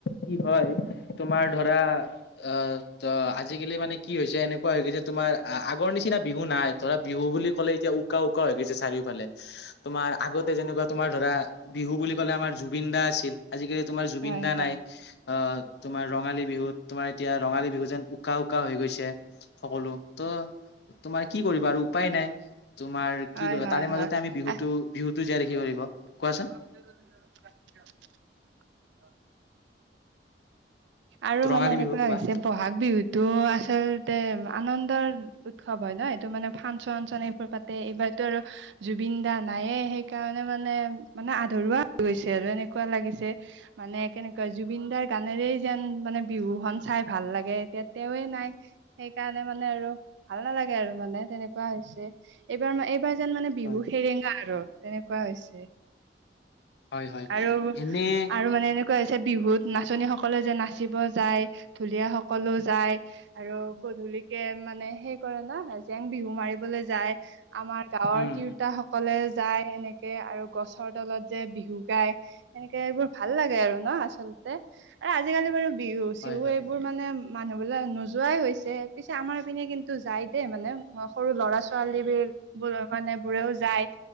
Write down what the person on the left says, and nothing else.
কি হয় তোমাৰ ধৰা, অ ত আজিকালি মানে কি হৈছে এনে, কোৱা হৈ গৈছে তোমাৰ আগৰ নিচিনা বিহু নাই ধৰা বিহু বুলি ক'লে এতিয়া উকা উকা হৈ গৈছে চাৰিওফালে, তোমাৰ আগতে যেনেকুৱা তোমাৰ ধৰা বিহু বুলি ক'লে আমাৰ জুবিন দা আছিল, আজিকালি তোমাৰ জুবিন
দা
নাই আহ, তোমাৰ ৰঙালী বিহুত তোমাৰ এতিয়া ৰঙালী বিহু যেন উকা উকা হৈ গৈছে সকলো ত, তোমাৰ কি কৰিবা আৰু উপায় নাই। তোমাৰ
কি কৰিবা
তাৰে মাজতে
আমি বিহুতো- বিহুতো জীয়াই ৰাখিব পাৰিব কোৱাচোন?
ৰঙালী
বিহু কোৱা
হয়।
হয় হয়।
এনে
উম
হয় হয়